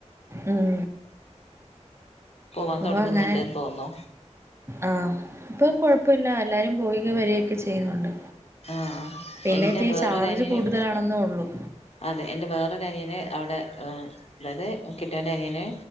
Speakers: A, on the right; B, on the left.
A: ഉം
B: പോവാൻ
A: അപ്പൊ
B: തൊടങ്ങുന്നുണ്ട്ന്ന്
A: അങ്ങനെ
B: തോന്നുന്നു
A: ആഹ് ഇപ്പൊ കൊഴപ്പല്ല എല്ലാരും പോയികേ വരൊക്കെ ചെയ്യുന്നുണ്ട്
B: ആഹ്
A: പിന്നെ
B: എന്റെ
A: ഇത്തിരി
B: വേറൊരനിയന്
A: ചാർജ് കൂടുതലാണെന്നെ ഒള്ളു
B: അതെ എൻ്റെ വേറൊരു അനിയന് അവിടെ ഉം അതായത് കെട്ട്യോൻ്റെ അനിയന്